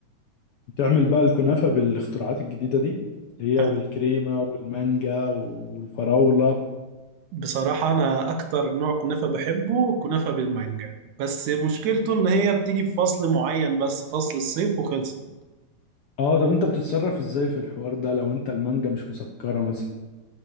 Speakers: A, on the left; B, on the right.
A: بتعمل بقى الكنافة بالاختراعات الجديدة دي اللي
B: أنا
A: هي بالكريمة والمانجا والفراولة
B: بصراحة أنا أكتر نوع كنافة بحبه كنافة بالمانجا بس مشكلته إن هي بتيجي في فصل معين بس فصل الصيف وخلصت
A: اه طب انت بتتصرف ازاي في الحوار ده لو انت المانجا مش مسكرة مثلا